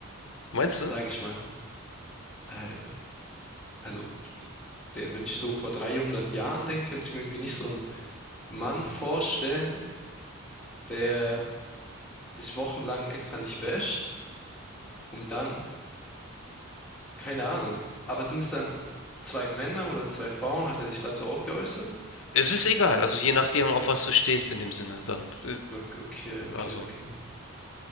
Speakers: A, on the left (about 60°); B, in the centre.
A: Meinst du?
B: sage ich mal. Äh, Also, der, wenn ich so vor 300 Jahren denke, könnte ich mir irgendwie nicht so einen Mann vorstellen, der sich wochenlang extra nicht wäscht, um dann, keine Ahnung. Aber sind es dann zwei Männer oder zwei Frauen? Hat er sich dazu auch geäußert?
A: Es ist egal, also je nachdem, auf was du stehst in dem Sinne dann. Äh,
B: Ok- Okay, okay,
A: also,
B: okay.